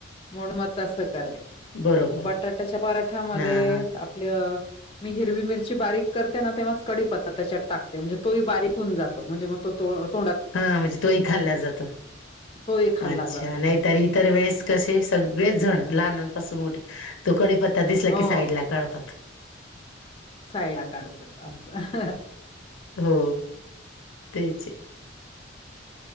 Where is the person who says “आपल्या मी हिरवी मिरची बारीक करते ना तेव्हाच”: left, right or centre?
Left